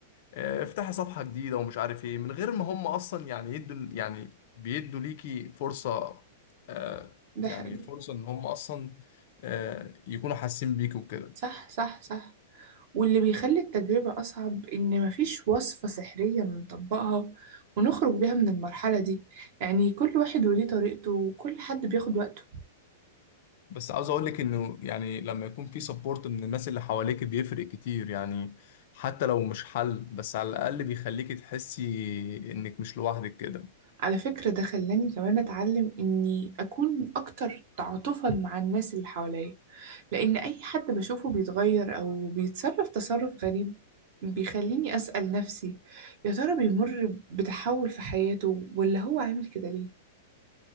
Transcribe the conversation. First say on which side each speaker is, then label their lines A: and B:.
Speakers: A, on the left; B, on the right.
A: آه، افتحي صفحة جديدة ومش عارف إيه من غير ما هم أصلا يعني يدوا يعني بيدوا ليكي فرصة آه،
B: ده
A: يعني
B: حقيقي
A: فرصة إن هم أصلا آه، يكونوا حاسين بيكي وكده
B: صح صح صح واللي بيخلي التجربة أصعب إن مفيش وصفة سحرية بنطبقها ونخرج بيها من المرحلة دي يعني كل واحد وليه طريقته وكل حد بياخد وقته
A: بس عاوز اقول لك انه يعني لما يكون في سبورت من الناس اللي حواليك بيفرق كتير يعني حتى لو مش حل بس على الاقل بيخليك تحسي انك مش لوحدك كده
B: على فكرة ده خلاني كمان أتعلم إني أكون أكتر تعاطفا مع الناس اللي حواليا لأن أي حد بشوفه بيتغير أو بيتصرف تصرف غريب بيخليني أسأل نفسي يا ترى بيمر بتحول في حياته ولا هو عامل كده ليه؟